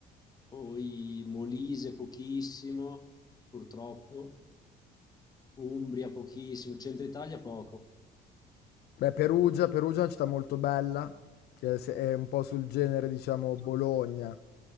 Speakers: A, on the left; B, on the left.
A: poi Molise pochissimo, purtroppo, Umbria pochissimo, Centro Italia poco.
B: Beh, Perugia, Perugia è una città molto bella, che è se- è un po' sul genere, diciamo, Bologna,